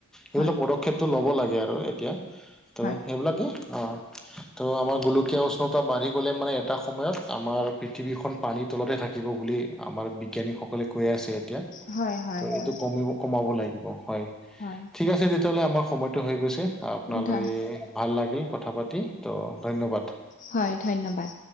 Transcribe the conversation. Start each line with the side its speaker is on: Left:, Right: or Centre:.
Centre: এইবিলাক
Left: হয়
Centre: পদক্ষেপ টো ল'ব লাগে আৰু এতিয়া ত'
Left: হয়
Centre: সেইবিলাকেই অ'। ত' আমাৰ গোলকীয়া উষ্ণতা বাঢ়ি গ'লে মানে এটা সময়ত আমাৰ পৃথিৱীখন পানীত তলতে থাকিব বুলি আমাৰ বিজ্ঞানীসকলে কৈ আছে এতিয়া,
Left: হয় হয়
Centre: ত'
Left: হয়
Centre: এইটো কমিও কমাব লাগিব হয়।
Left: হয়
Centre: ঠিক
Left: হয়
Centre: আছে তেতিয়াহ'লে আমাৰ সময়টো হৈ গৈছে, আপোনালৈ
Left: ধ
Centre: ভাল লাগিল। কথা পাতি ত' ধন্যবাদ।
Left: হয় ধন্যবাদ।